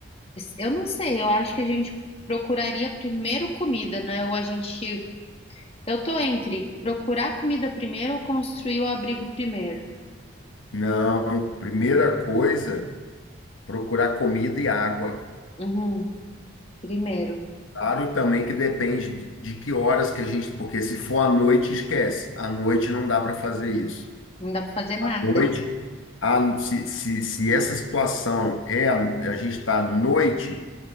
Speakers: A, on the left (about 30°); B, on the left (about 85°).
A: eu não sei, eu acho que a gente procuraria primeiro comida, né? Ou a gente Eu tô entre procurar comida primeiro ou construir o abrigo primeiro.
B: Não, primeira coisa, procurar comida e água.
A: Uhum, primeiro.
B: Claro, e também que depende de de que horas que a gente, porque se for à noite, esquece. À noite não dá para fazer isso.
A: Não dá pra fazer nada.
B: À noite, a- se, se, se essa situação é a, a gente está à noite,